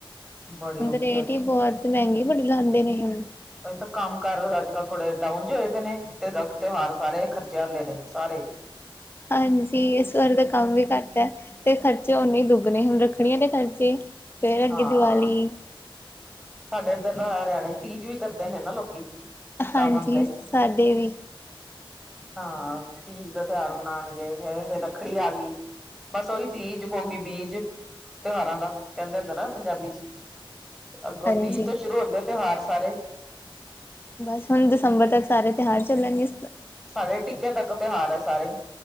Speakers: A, in the centre; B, on the left.
A: ਬੜੀ
B: ਹੁਣ
A: ਔਖੀ
B: ਤਾ ਰੇਟ
A: ਹੈ।
B: ਈ ਬੋਤ ਮ੍ਹੈਂਗੀ ਬੜੇ ਲਾਂਦੇ ਨੇ ਹੁਣ।
A: ਅਜੇ ਤਾਂ ਕੰਮ ਕਾਰ ਆੱਜ-ਕੱਲ ਥੋੜੇ ਡਾਊਨ ਜੇ ਹੋਏ ਪਏ ਨੇ ਤੇ ਤਿਉਹਾਰ ਸਾਰੇ ਖਰਚੇ ਆਲੇ ਨੇ ਸਾਰੇ।
B: ਹਾਂਜੀ, ਇਸ ਵਾਰ ਦਾ ਕੰਮ ਵੀ ਘੱਟ ਐ ਤੇ ਖਰਚੇ ਓਨੇ ਈ ਦੁੱਗਨੇ ਹੁਣ ਰਖ ਰੱਖੜੀਆਂ ਦੇ ਖਰਚੇ ਫੇਰ ਅੱਗੇ
A: ਹਾਂ
B: ਦੀਵਾਲੀ।
A: ਸਾਡੇ ਇੱਧਰ ਦਾ ਹਰਿਆਨੇ ਤੀਜ ਵੀ ਕਰਦੇ ਨੇ ਨਾ ਲੋਕੀ। ਸਾਵਨ
B: ਹਾਂਜੀ,
A: ਤੇ
B: ਸਾਡੇ ਵੀ।
A: ਹਾਂ, ਤੀਜ ਦਾ ਤਿਉਹਾਰ ਮਨਾਨਗੇ ਐਵੇਂ ਫੇਰ ਰੱਖੜੀ ਆ ਗਈ। ਬਸ ਓਹੀ ਤੀਜ ਬੋਗੀ ਬੀਜ। ਤਿਉਹਾਰਾਂ ਦਾ ਕੈਂਦੇ ਹੁੰਦੇ ਨਾ ਪੰਜਾਬੀ ਚ, ਅੱਗੋਂ
B: ਹਾਂਜੀ
A: ਤੀਜ ਤੋਂ ਸ਼ੁਰੂ ਹੁੰਦੇ ਤਿਉਹਾਰ ਸਾਰੇ।
B: ਬਸ ਹੁਣ ਦਿਸੰਬਰ ਤੱਕ ਸਾਰੇ ਤਿਉਹਾਰ ਚੱਲਣਗੇ।
A: ਸਾਡੇ ਟਿੱਕੇ ਤੱਕ ਤਿਉਹਾਰ ਐ ਸਾਰੇ,